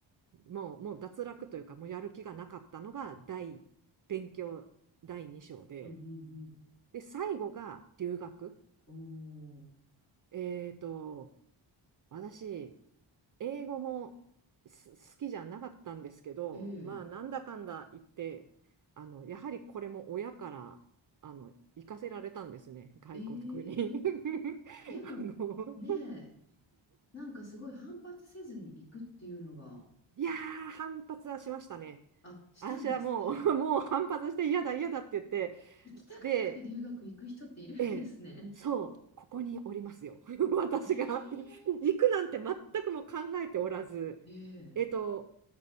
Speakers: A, on the right; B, on the left.
A: う、もう、もう脱落というか、もうやる気がなかったのが第、勉強第2章で、
B: うんうん
A: で、最後が留学。
B: うん。おお。
A: えっと、私、英語もす好きじゃなかったんですけど、
B: ええ。
A: まあ、なんだかんだ言って、あの、やはりこれも親から、あの、行かせられたんですね、外国に。
B: え
A: <laughs>
B: え。でも、
A: あの
B: ねえ、なんかすごい反発せずに行くっていうのが、
A: いやー、反発はしましたね。
B: あ、したんですね。
A: 私はもう、もう反発して嫌だ嫌だって言って、
B: 行きたくなくて留学行く人っているんですね。
A: で、ええ、そう、ここにおりますよ。<laughs> 私が
B: ええ。
A: <laughs> 行くなんて全くも考えておらず、
B: ええ。
A: えっと、